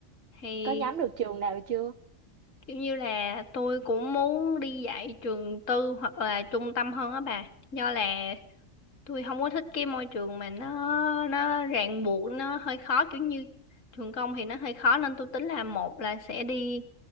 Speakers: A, on the left; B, on the right.
A: thì
B: có nhắm được trường nào chưa
A: kiểu như là tôi cũng muốn đi dạy trường tư hoặc là trung tâm hơn á bà. Do là tôi không có thích cái môi trường mà nó nó ràng buộc nó hơi khó kiểu như trường công thì nó hơi khó nên tôi tính là một là sẽ đi